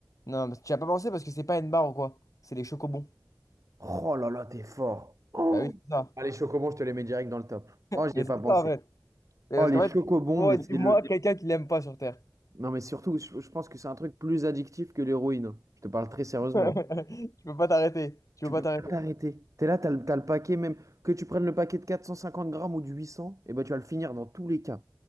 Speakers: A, on the left (about 50°); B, on the right (about 45°).
A: Non, mais tu n'y as pas pensé parce que c'est pas une barre ou quoi. C'est les chocobons.
B: Oh là là, t'es fort.
A: Bah oui, c'est ça.
B: Ah, les chocobons, je te les mets direct dans le top. Oh, j'y
A: Mais
B: ai pas
A: c'est
B: pensé.
A: ça, en fait. Et
B: Oh,
A: Parce
B: les
A: qu'en
B: chocobons,
A: fait, oh,
B: mais
A: dis-moi
B: c'est le,
A: quelqu'un qui l'aime pas sur Terre.
B: Non, mais surtout, je, je pense que c'est un truc plus addictif que l'héroïne. Je te parle très sérieusement.
A: <laughs> Tu peux pas t'arrêter. Tu
B: Tu
A: peux pas
B: peux
A: t'arrêter.
B: pas t'arrêter. T'es là, t'as le, t'as le paquet, même que tu prennes le paquet de 450 grammes ou du 800, et ben tu vas le finir dans tous les cas.